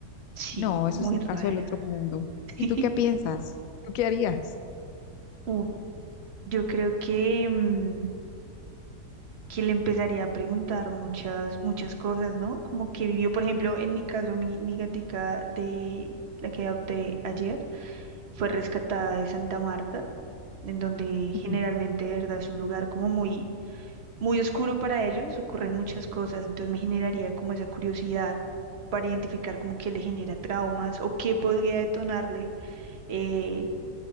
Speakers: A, on the right; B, on the left.
A: sí,
B: No, eso
A: muy
B: es un
A: raro.
B: caso del otro mundo.
A: <laughs>
B: ¿Y tú qué piensas? ¿Tú qué harías?
A: Uf, Yo creo que, mm, que le empezaría a preguntar muchas, muchas cosas, ¿no? Como que vivió, por ejemplo, en mi caso, mi, mi gatica de la que adopté ayer fue rescatada de Santa Marta, en donde
B: Ujú.
A: generalmente, de verdad, es un lugar como muy, muy oscuro para ellos, ocurren muchas cosas, entonces me generaría como esa curiosidad para identificar como qué le genera traumas o qué podría detonarle eh,